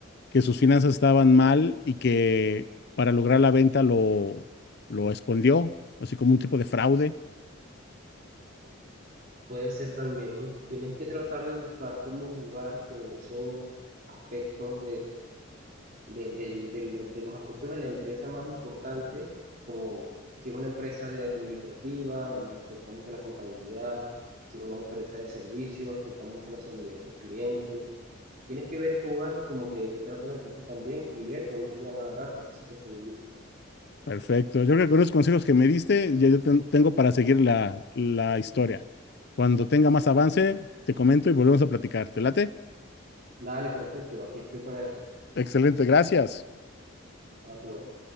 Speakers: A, on the left; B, on the right.
A: que sus finanzas estaban mal y que para lograr la venta lo, lo escondió, así como un tipo de fraude.
B: Puede ser también, tienes que tratar de buscar cómo jugar con esos aspectos de, del- de lo- de los aspectos de la empresa más importantes, como si es una empresa de- administrativa, le afecta mucho la contabilidad, si es una empresa de servicios, afecta mucho la seguridad de sus clientes. Tienes que ver, jugar como que, que trata la empresa también y ver dónde puedes agarrar esa situación ilícita.
A: Perfecto. Yo creo que con los consejos que me diste, ya yo ten- tengo para seguir la, la historia. Cuando tenga más avance, te comento y volvemos a platicar. ¿Te late?
B: Dale, perfecto, aquí estoy para eso.
A: Excelente, gracias.
B: A tu orden.